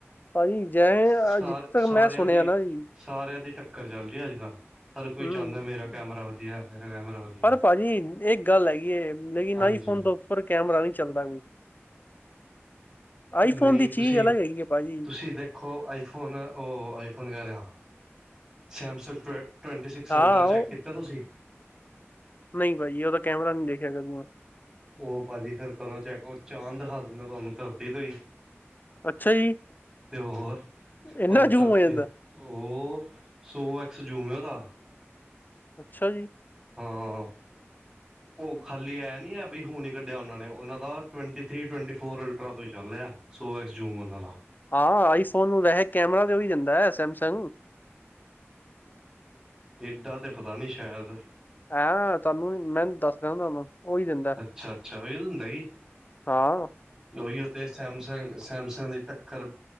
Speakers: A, on the left (about 40°); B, on the right (about 15°).
A: ਭਾਜੀ ਜੈ
B: ਸਾਰ
A: ਜਿੱਥੇ ਤੱਕ
B: ਸਾਰਿਆਂ
A: ਮੈਂ ਸੁਣਿਆ
B: ਦੀ
A: ਨਾ ਜੀ
B: ਸਾਰਿਆਂ ਦੀ ਟੱਕਰ ਚੱਲ ਰਹੀ ਹੈ ਅੱਜ ਕੱਲ੍ਹ ਹਰ ਕੋਈ
A: ਹੂੰ
B: ਚਾਹੁੰਦਾ ਮੇਰਾ ਕੈਮਰਾ ਵਧੀਆ ਮੇਰਾ ਕੈਮਰਾ ਵਧੀਆ
A: ਪਰ ਭਾਜੀ ਇਹ ਗੱਲ ਹੈਗੀ ਲੇਕਿਨ
B: ਹਾਂਜੀ
A: ਆਈ ਫੋਨ
B: ਹਾਂ,
A: ਤੋਂ ਪਰ ਕੈਮਰਾ ਨਹੀਂ ਚੱਲਦਾ <unintelligible> ਆਈਫੋਨ
B: ਨਹੀਂ
A: ਦੀ
B: ਤੁਸੀਂ
A: ਚੀਜ਼ ਅਲਗ ਹੈਗੀ ਹੈ ਭਾਜੀ
B: ਤੁਸੀਂ ਦੇਖੋ ਈਫੋਨ ਉਹ ਈਫੋਨ ਕਹਿ ਰਿਆ ਸੇਮਸੰਗ ਟਵੈਂਟੀ ਸਿਕਸ
A: ਹਾਂ
B: ਅਲਟਰਾ ਚੈੱਕ
A: ਉਹ
B: ਕੀਤਾ ਤੁਸੀਂ
A: ਨਹੀਂ ਭਾਜੀੀ ਉਹਦਾ ਕੈਮਰਾ ਨੀ ਦੇਖਿਆ ਤੁਸੀ
B: ਉਹ ਭਾਜੀ ਫਰ ਕਰੋ ਚੈੱਕ ਚਾਂਦ ਦਿਖਾ ਦਿੰਦਾ ਤੁਹਾਨੂੰ ਧਰਤੀ ਤੇ ਹੀ
A: ਅੱਛਾ ਜੀ
B: ਤੇ ਹੋਰ
A: ਇੰਨਾ
B: ਭ
A: ਜ਼ੂਮ
B: ਧਰਤੀ
A: ਹੋ ਜਾਂਦਾ
B: ਉਹ ਸੋ ਐਕਸ <unintelligible> ਦਾ
A: ਅੱਛਾ ਜੀ <unintelligible>
B: ਹਾਂ ਉਹ ਖਾਲੀ ਇਹ ਨੀ ਹੈ ਬਈ ਹੁਨ ਈ ਕੱਢਿਆ ਉਹਨਾਂ ਨੇ ਉਹ ਦਾ ਟਵੈਂਟੀ ਥਰੀ ਟਵਟੀ ਫੋਰ ਅਲਟਰਾ ਤੋਂ ਹੀ ਚੱਲ ਰਿਆ ਸੋ <unintelligible> ਉਹਨਾਂ ਦਾ
A: ਹਾਂ ਆਈਫੋਨ ਨੂੰ ਵੈਸੇ ਕੈਮਰਾ ਤੇ ਓਂਹੀ ਦਿੰਦਾ ਐ ਸੈਮਸੰਗ
B: ਏਡਾ ਤੇ ਪਤਾ ਨਹੀਂ ਸ਼ਾਇਦ
A: ਐਂ ਤੁਹਾਨੂੰ ਮੈਂ ਦੱਸ ਰਿਹਾ ਤੁਹਾਨੂੰ ਓਹੀ ਦਿੰਦਾ
B: ਅੱਛਾ ਅੱਛਾ <unintelligible> ਹੁੰਦਾ ਜੀ
A: ਹਾਂ
B: ਉਹੀ ਉਥ ਸੈਮਸੰਗ ਸੈਮਸੰਗ ਦੀ ਟੱਕਰ